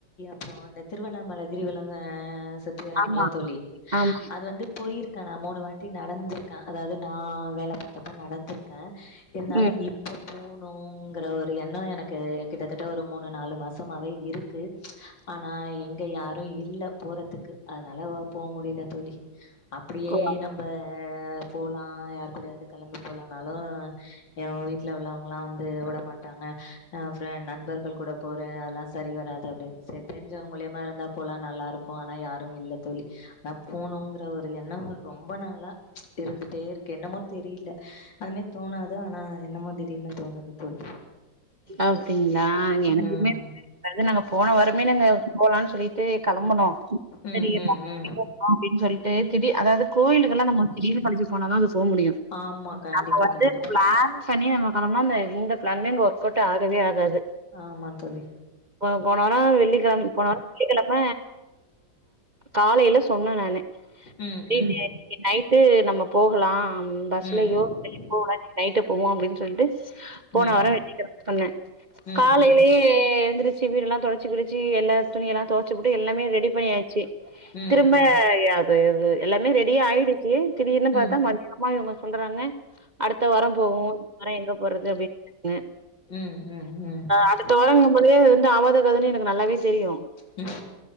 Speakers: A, on the left; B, on the right.
A: அப்றோ இந்த திருவண்ணாமல கிரிவலோங்க சுத்தி வராங்கள
B: ஆமா
A: தோழி
B: ஆமா
A: அது வந்து போய்ருக்கே நா மூனு வாட்டி நடந்திருக்கே அதாவ்து நா வேல பாத்தப்ப நடந்திருக்கே இருந்தாலு
B: ம்
A: இப்போ போனுங்கற ஒரு எண்ணோ எனக்கு கிட்டத்தட்ட ஒரு மூனு நாலு மாசமாவே இரு க்கு ஆனா எங்க யாரு இல்ல போறதுக்கு ஆனால போ முடில தோழி அப்பிடியே
B: ஓ
A: நம்ப போலா யார் கூடயாது கெளம்பி போலானாலு எ வீட்ல உள்ளவங்ளா வந்து வுட மாட்டாங்க ஆ ஃப்ரெ நண்பர்கள் கூட போறே அல்லா சரி வராது அப்டின் சே தெரிஞ்சோங்க மூலியமா இருந்தா போலா நல்லாருக்கு ஆனா யாரும் இல்ல தோழி நா போனுங்கற ஒரு எண்ணங்கள் ரொம்ப நாளா இருந்துட்டேரு க்கு என்னமோ தெரில அதுமே தோனாது ஆனா என்னமோ திடீர்னு தோனுது தோழி
B: அப்டிங்ளா எனக்குமே
A: ம்
B: வந்து இந்தது நாங்க போன வாரமே நாங்க போலான் சொல்லி ட்டு களம்புனோ
A: ம்
B: செரி <inaudible>
A: ம் ம்
B: அப்டின் சொல்ட்டு திடீ அதாவ்து கோயிலுக்கள்லா நம்ம வந்து திடீர்னு களம்பி போனா தா அது போ முடியு
A: ஆமா கண்டிப்பா
B: நம்ப வந்து
A: கண்டிப்பா
B: பிளான் பண்ணி நம்ம கெளம்னா வேற எந்த பிளான்மே அங்க ஒர்க்கவுட்டு ஆகவே ஆகாது
A: ஆமா தோழி
B: போ போன வாரம் வெள்ளிக்கெழம் போன வாரம் வெள்ளிக்கெழம காலையில சொன்ன நானு <inaudible>
A: ம் ம்
B: இன்னைக்கு நைட்டு நம்ம போகலாம் பஸ்லயோ
A: ம்
B: போவோம் இன்னிக்கி நைட்டு போவம் அப்டின் சொல்ட்டு போன
A: ம்
B: வாரம் வெள்ளிக்கெழம சொன்ன
A: ம்
B: காலையிலயே
A: ம்
B: து எழுந்தருச்சு வீடுல்லா தொடச்சி கிடச்சி எல்லா துணியெல்லா துவச்சுபுட்டு எல்லாமே ரெடி பண்ணியாயிச்சு
A: ம் ம்
B: திரும்ப எப் எல்லாமே ரெடியா ஆயிடுச்சு திடீர்னு
A: ம் ம்
B: பாத்தா மதியமா இவுங்க சொல்றாங்க அடுத்த வாரம் போவோம் இந்த வாரம் எங்க போறது அப்டின் <inaudible> க
A: ம் ம் ம் ம்
B: அடுத்த வாரங்கம்போதே இது வந்து ஆவாத கதன்னு எனக்கு நல்லாவே தெரியும்
A: ம்